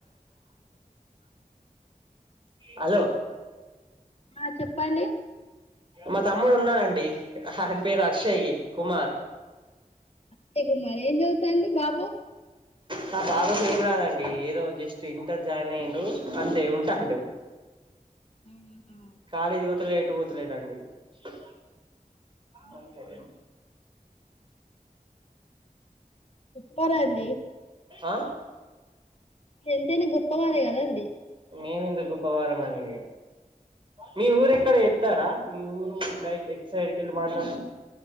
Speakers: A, on the right (about 35°); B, on the left (about 45°).
A: హలో
B: ఆ చెప్పలి
A: మా తమ్ముడు ఉన్నానండి ఆయన పేరు అక్షయ కుమార్
B: అత్తే కుమార్ ఏ చ తాండూ బాబు
A: నా బాబాకు ఏం రాదండి ఏదో జస్ట్ ఇంటర్ జాయిన్ అయ్యండు అంతే ఉం టండు
B: బాబు
A: కాలేజ్ పొతలే పట్ పోతలేడండి <unintelligible> అండి
B: పోరాడి
A: ఆ
B: ఎంతైనా గొప్పవారే కదండి
A: మేమిందు గప్పవారం అండి మీ ఊరే క్కడ ఇత్తారా మీ ఊరు క్ ఎక్ సైడ్ కిల్ మాట్లాడ